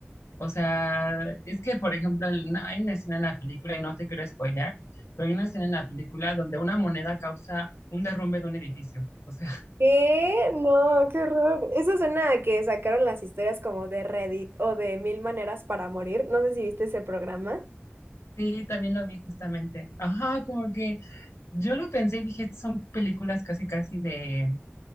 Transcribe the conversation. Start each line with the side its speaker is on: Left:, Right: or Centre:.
Left: o sea, es que, por ejemplo, el- no, hay una escena en la película, y no te quiero spoilear, pero hay una escena en la película donde una moneda causa un derrumbe de un edificio. O sea, <laughs>
Right: ¿Qué? No, qué horror. Eso suena a que sacaron las historias como de Reddit o de Mil Maneras para Morir. No sé si viste ese programa.
Left: sí, también lo vi justamente. Ajá, como que yo lo pensé y dije, son películas casi, casi de